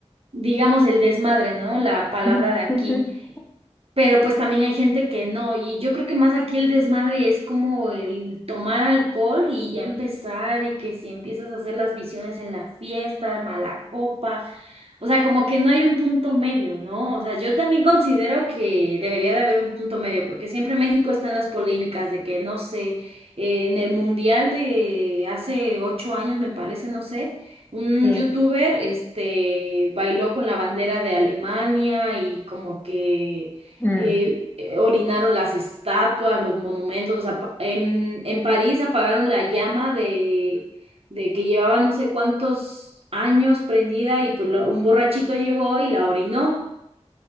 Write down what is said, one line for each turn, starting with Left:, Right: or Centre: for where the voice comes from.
Right: digamos, el desmadre, ¿no? La palabra
Left: <laughs>
Right: de aquí. Pero pues también hay gente que no, y yo creo que más aquí el desmadre es como el tomar alcohol y ya empezar, y que si empiezas a hacer las visiones en la fiesta, mala copa, o sea, como que no hay un punto medio, ¿no? O sea, yo también considero que debería de haber un punto medio, porque siempre México está en las polémicas de que, no sé, eh, en el mundial de hace ocho años, me parece, no sé. Un
Left: Sí,
Right: youtuber, este, bailó con la bandera de Alemania y como que
Left: mm,
Right: eh, eh, orinaron las estatuas, los monumentos. apa- En, en París apagaron la llama de, de que llevaba no sé cuántos años prendida y pues lo- un borrachito llegó y la orinó.